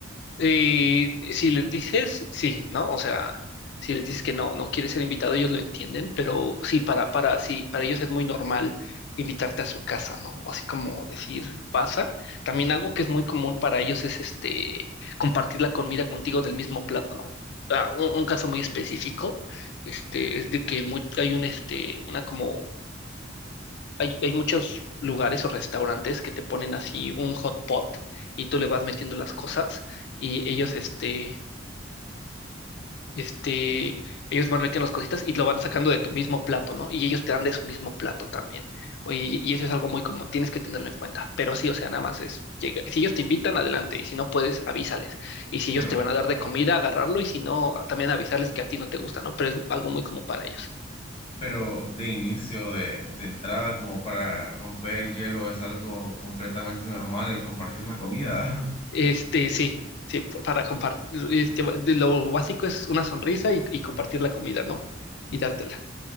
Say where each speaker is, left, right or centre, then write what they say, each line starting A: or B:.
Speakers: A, on the left; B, on the left.
A: Y si les dices sí, ¿no? O sea, si les dices que no, no quieres ser invitado, ellos lo entienden, pero sí, para, para, sí, para ellos es muy normal invitarte a su casa, ¿no? O Así como decir, pasa. También algo que es muy común para ellos es este compartir la comida contigo del mismo plato, ¿no? Ah, un, un caso muy específico, este, es de que muy- hay un, este, una como hay, hay muchos lugares o restaurantes que te ponen así un hot pot y tú le vas metiendo las cosas y ellos, este, este, ellos van metiendo las cositas y lo van sacando de tu mismo plato, ¿no? Y ellos te dan de su mismo plato también. O- Y, y eso es algo muy común, tienes que tenerlo en cuenta. Pero sí, o sea, nada más es, llega. Si ellos te invitan, adelante. Y si no puedes, avísales. Y si ellos
B: de verdad.
A: te van a dar de comida, agarrarlo. Y si no, también avisarles que a ti no te gusta, ¿no? Pero es algo muy común para ellos.
B: Pero de inicio, de, de entrada, como para romper el hielo, es algo completamente normal el compartir la comida. <laughs>
A: Este, sí, sí, p- para compartir, este, de lo básico es una sonrisa y, y compartir la comida, ¿no? Y dártela.